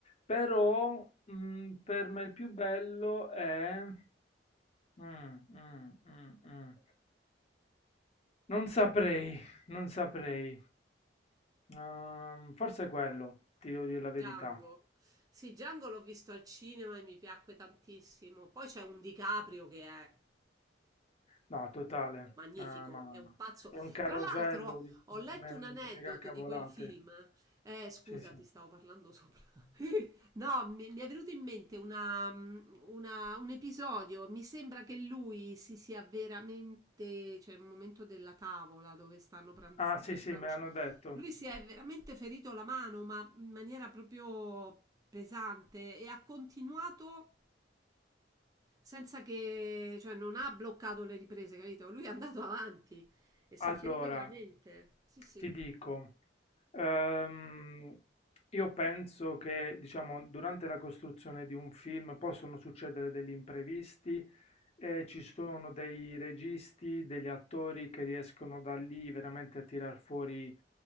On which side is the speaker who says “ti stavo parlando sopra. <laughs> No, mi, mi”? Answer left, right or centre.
Right